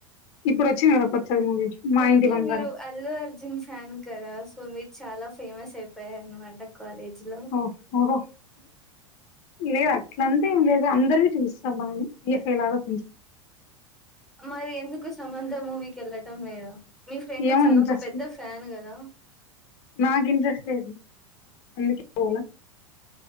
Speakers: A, on the left; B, in the centre.
A: ఇప్పుడు వచ్చింది కదా కొత్త మూవీస్ మా
B: ఓకే
A: ఇంటి బంగారం
B: మీరు అల్లు అర్జున్ ఫ్యాన్ కదా సో మీరు చాలా ఫేమస్ అయిపోయార అనమాట కాలేజ్ లో
A: ఓ ఓహో లేదు అట్లంతే ఏం లేదు అందరు చూస్తామా అని ఎఫెలాగా కొం
B: మరి ఎందుకు సమంత మూవీకి వెళ్ళటం లేదు మీ ఫ్రెండ్
A: ఏమో
B: చాలా
A: ఇంట్రెస్ట్
B: ఒక పెద్ద
A: లేదు,
B: ఫ్యాన్ కదా
A: నాకు ఇంట్రెస్ట్ లేదు అందుకే పోలే